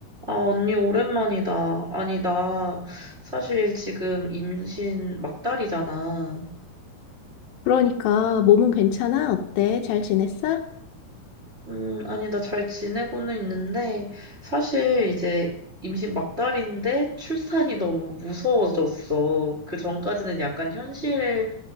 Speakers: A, on the right; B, on the left.
A: 아, 언니, 오랜만이다. 아니, 나 사실 지금 임신 막달이잖아.
B: 그러니까 몸은 괜찮아? 어때? 잘 지냈어?
A: 음, 아니, 나 잘 지내고는 있는데, 사실 이제 임신 막달인데 출산이 너무 무서워졌어. 그 전까지는 약간 현실을